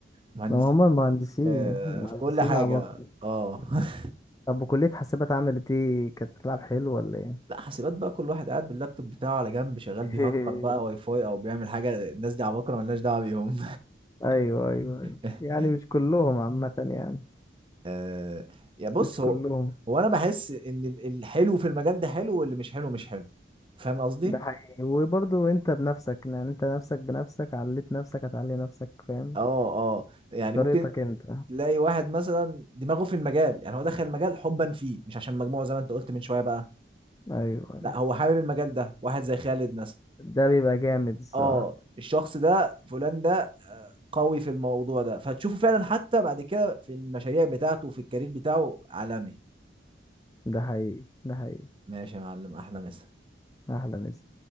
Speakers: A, on the right; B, on the left.
A: مهندسين
B: ما هم
A: في
B: المهندسين
A: كل
B: المهندسين
A: في كل حاجة
B: عباقرة
A: اه <laughs>
B: طب وكلية حاسبات عملت ايه كانت بتلعب حلو ولا ايه
A: لا حاسبات بقى كل واحد قاعد باللابتوب بتاعه على جنب شغال
B: <laughs>
A: بيهكر بقى واي فاي او بيعمل حاجه الناس دي عباقره ملناش دعوه بيهم
B: ايوه ايوه ايوه
A: <laughs>
B: يعني مش كلهم عامة يعني
A: آه، يا بص
B: مش
A: هو
B: كلهم
A: هو انا بحس ان ال- الحلو في المجال ده حلو واللي مش حلو مش حلو فاهم قصدي
B: ده حقيقي وبرضو انت بنفسك يعني انت نفسك بنفسك عليت نفسك هتعلي نفسك فاهم
A: اه اه يعني
B: بطريقتك
A: ممكن
B: انت
A: تلاقي واحد مثلا دماغه في المجال يعني هو دخل المجال حبا فيه مش عشان مجموعه زي ما انت قلت من شويه بقى
B: ايوه ايوه
A: لا هو حابب المجال ده واحد زي خالد مثلا
B: ده بيبقى جامد الصراحة
A: اه الشخص ده فلان ده آه، قوي في الموضوع ده فتشوفه فعلا حتى بعد كده في المشاريع بتاعته وفي الكارير بتاعه عالمي
B: ده حقيقي ده حقيقي
A: ماشي يا معلم احلى مسا
B: احلى مسا